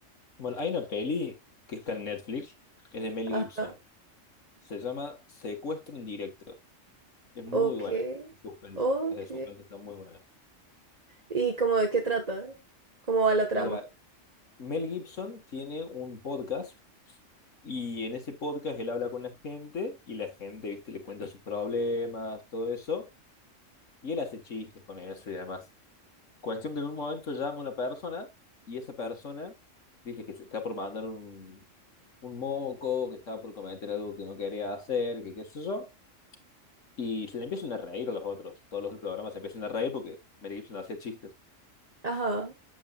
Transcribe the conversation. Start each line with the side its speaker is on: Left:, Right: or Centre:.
Left: Bueno, hay una peli que está en Netflix, es de Mel
Right: Ajá,
Left: Gibson, se llama Secuestro en directo, es muy
Right: ok,
Left: buena, es de suspenso,
Right: ok.
Left: es de suspenso, está muy buena.
Right: ¿Y cómo de qué trata? ¿Cómo va la trama?
Left: Mira, Mel Gibson tiene un podcast. Y en ese podcast él habla con la gente y la gente, viste, le cuenta sus problemas, todo eso. Y él hace chistes con eso y demás. Cuestión que en un momento llama una persona y esa persona dice que se está por mandar un, un moco, que estaba por cometer algo que no quería hacer, que qué sé yo. Y se le empiezan a reír a los otros. Todos los del programa se empiezan a reír porque Mel Gibson hacía chistes.
Right: Ajá,